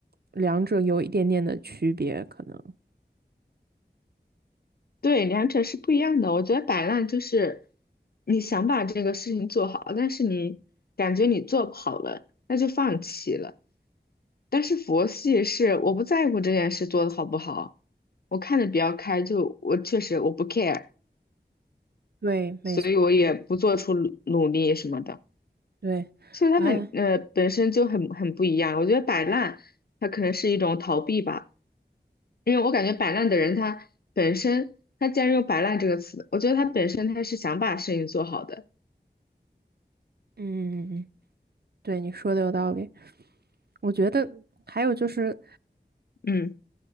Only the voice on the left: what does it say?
对，两者是不一样的。我觉得摆烂就是你想把这个事情做好，但是你感觉你做不好了，那就放弃了。但是佛系是我不在乎这件事做得好不好，我看的比较开，就我确实我不 care，
所以我也不做出努努力什么的。
其实他们呃本身就很很不一样，
我觉得摆烂它可能是一种逃避吧，因为我感觉摆烂的人他本身他既然用摆烂这个词，我觉得他本身他是想把事情做好的，
嗯